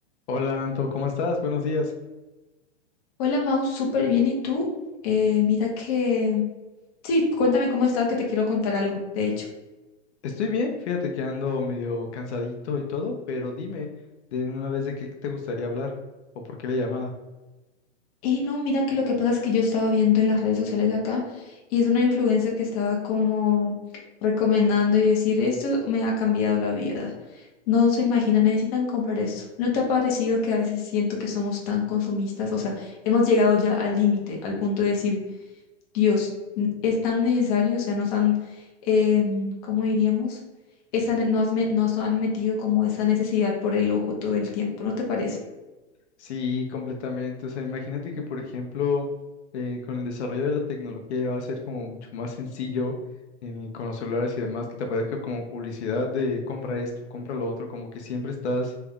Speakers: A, on the left; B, on the left.
A: Hola Anto, ¿cómo estás? Buenos días.
B: Hola Mau, súper bien. ¿Y tú? Eh, mira que... Sí, cuéntame cómo estás, que te quiero contar algo, de hecho.
A: Estoy bien, fíjate que ando medio cansadito y todo, pero dime de una vez de qué te gustaría hablar o por qué la llamada.
B: Y no, mira que lo que pasa es que yo estaba viendo en las redes sociales acá y es una influencer que estaba como recomendando y decir, esto me ha cambiado la vida. No se imagina, necesitan comprar esto. ¿No te ha parecido que a veces siento que somos tan consumistas? O sea, hemos llegado ya al límite, al punto de decir... Dios, n- es tan necesario, o sea, nos han, em, ¿cómo diríamos? Esa, ne- nos, me- nos han metido como esa necesidad por el ojo todo el tiempo, ¿no te parece?
A: Sí, completamente. O sea, imagínate que, por ejemplo, eh, con el desarrollo de la tecnología ya va a ser como mucho más sencillo en- con los celulares y demás, que te aparezca como publicidad de compra esto, compra lo otro, como que siempre estás